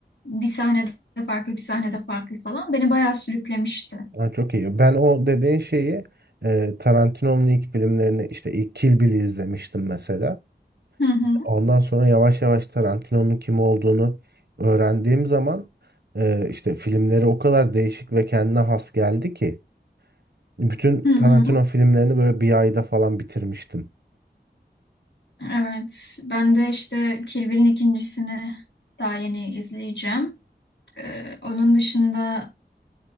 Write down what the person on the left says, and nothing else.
Bir sahnede farklı bir sahnede farklı falan. Beni bayağı sürüklemişti.
Hı hı.
Hı hı.
Evet, ben de işte Kill Bill'in ikincisini daha yeni izleyeceğim. Ee, onun dışında